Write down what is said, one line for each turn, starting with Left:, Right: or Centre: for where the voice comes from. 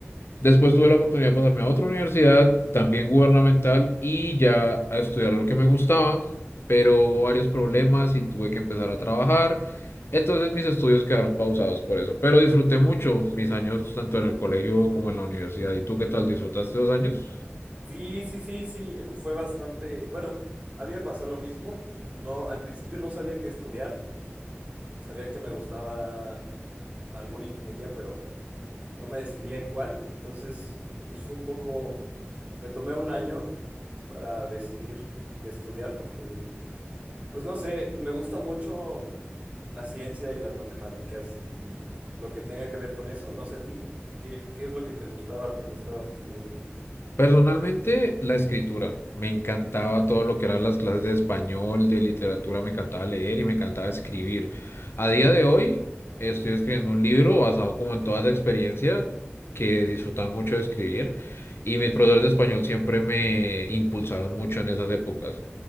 Left: Después tuve la oportunidad de pasarme a otra universidad, también gubernamental, y ya a estudiar lo que me gustaba, pero hubo varios problemas y tuve que empezar a trabajar. Entonces mis estudios quedaron pausados por eso, pero disfruté mucho mis años tanto en el colegio como en la universidad. ¿Y tú qué tal? ¿Disfrutaste dos años?
Right: Sí, sí, sí, sí, eh, fue bastante, bueno, a mí me pasó lo mismo, no, al principio no sabía qué estudiar, sabía que me gustaba alguna ingeniería, pero... no me decidía en cuál, entonces pues fue un poco, me tomé un año para decidir qué estudiar porque pues no sé, me gusta mucho la ciencia y las matemáticas y lo que tenga que ver con eso, no sé a ti, ¿qué, qué es lo que te gustaba cuando estabas estudiando?
Left: Personalmente, la escritura. Me encantaba todo lo que eran las clases de español, de literatura, me encantaba leer y me encantaba escribir. A día de hoy, estoy escribiendo un libro basado como en toda esa experiencia que disfrutaba mucho de escribir y mis profesores de español siempre me impulsaron mucho en esas épocas.